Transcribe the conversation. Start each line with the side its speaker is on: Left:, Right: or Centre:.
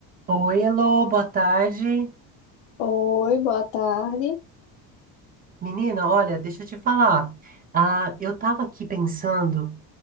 Right: Oi, Elô, boa tarde.
Left: Oi, boa tarde.
Right: Menina, olha, deixa eu te falar. Ah, eu tava aqui pensando.